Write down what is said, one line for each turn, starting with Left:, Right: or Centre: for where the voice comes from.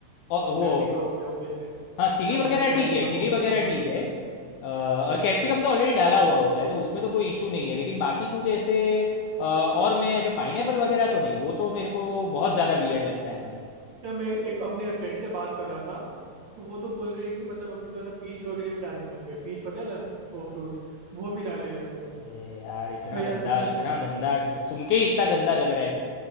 Left: और
Right: और
Left: वो
Right: पेपरिका हो गया वैसे
Left: हाँ चिली
Right: या
Left: वगैरह
Right: फिर कैप्सिकम
Left: ठीक है चिली
Right: हो गया
Left: वगैरह
Right: हाँ
Left: ठीक है अ, और कैप्सिकम तो ऑलरेडी डाला हुआ होता है तो उसमें तो कोई इशू नहीं है लेकिन बाकी कुछ ऐसे अ, और मैं ऐसे पाइनएपल वगैरह तो नहीं वो तो मेरे को बहुत ज़्यादा वियर्ड लगता है भाई
Right: या मैं एक अपने फ्रेंड से बात कर रहा था तो वो तो बोल रहे हैं कि मतलब अभी तो है ना पीच वगैरह भी डालने लग गए पीच पता है ना वो फ्रूट वो भी डालने लग गए
Left: बे यार इतना
Right: तो यार
Left: गंदा
Right: मतलब
Left: इतना गंदा सुन के ही इतना गंदा लग रहा है